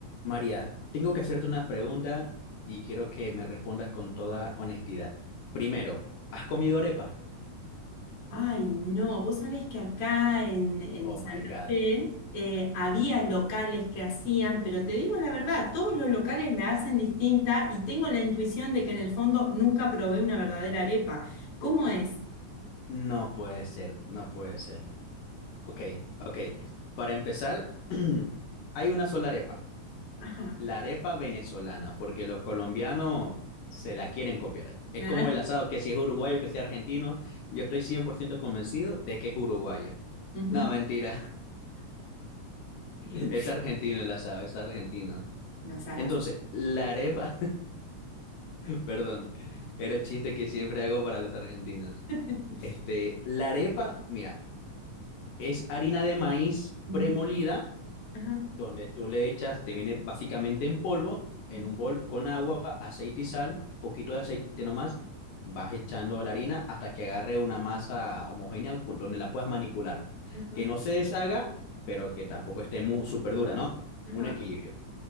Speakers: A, on the left (about 80°); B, on the left (about 60°).
A: María, tengo que hacerte una pregunta y quiero que me respondas con toda honestidad. Primero, ¿has comido arepa?
B: Ay, no, vos sabés que acá en, en
A: Oh
B: Santa
A: my God,
B: Fe eh, había locales que hacían, pero te digo la verdad, todos los locales la hacen distinta y tengo la intuición de que en el fondo nunca probé una verdadera arepa. ¿Cómo es?
A: no puede ser, no puede ser. Ok, ok. Para empezar, <clears throat> hay una sola arepa,
B: Ajá.
A: la arepa venezolana, porque los colombianos se la quieren copiar. Es
B: Ah,
A: como el asado, que si es uruguayo, que sea argentino, yo estoy 100% convencido de que es uruguayo.
B: ujú.
A: No, mentira, <laughs>
B: <laughs>
A: es argentino el asado, es argentino.
B: No seas.
A: Entonces, la arepa... Perdón, era el chiste que siempre hago para los argentinos.
B: <laughs>
A: Este, la arepa, mira, es harina de maíz
B: Ujú,
A: premolida,
B: Ajá.
A: donde tú le echas, te viene básicamente en polvo, en
B: ujú,
A: un bol con agua, aceite y sal, poquito de aceite nomás, vas echando la harina hasta que agarre una masa homogénea con, donde la puedas manipular.
B: Ajá.
A: Que no se deshaga, pero que tampoco esté muy súper dura, ¿no?
B: Ajá.
A: Un equilibrio